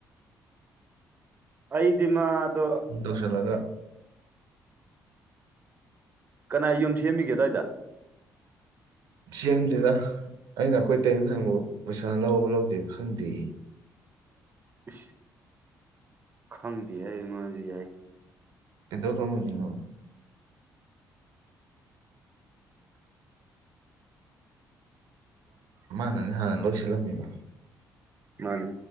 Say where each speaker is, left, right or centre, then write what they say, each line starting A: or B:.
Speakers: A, on the right (about 30°); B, on the right (about 80°).
A: ꯑꯩꯗꯤ ꯃꯥꯗꯣ
B: ꯍꯗꯣꯁꯂꯒ
A: ꯀꯅꯥ ꯌꯨꯝ ꯁꯦꯝꯃꯤꯒꯦ ꯑꯗꯨꯋꯥꯏꯗ
B: ꯁꯦꯝ ꯑꯦꯝꯗꯨꯗ ꯑꯩꯅ ꯑꯩꯈꯣꯏ ꯇꯩꯝ ꯊꯪꯕ ꯄꯩꯁꯥ ꯂꯧꯕ ꯂꯧꯗꯦ ꯈꯪꯗꯦ
A: ꯎ ꯈꯪꯗꯦ ꯍꯥꯏ ꯃꯥꯁꯨ ꯌꯥꯏ
B: ꯀꯗꯣ ꯀꯪꯅꯤꯅꯣ ꯃꯥꯅꯅꯦ ꯍꯥꯟꯅ ꯂꯣꯏꯁꯤꯜꯂꯝꯃꯤꯅꯤꯗ
A: ꯃꯥꯅꯦ